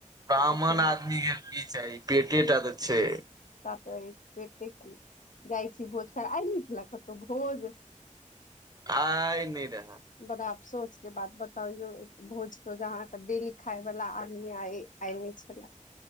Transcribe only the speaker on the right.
ब्राह्मण
आदमीके की चाही पेटे टा तऽ छै
आइ नइ रेहा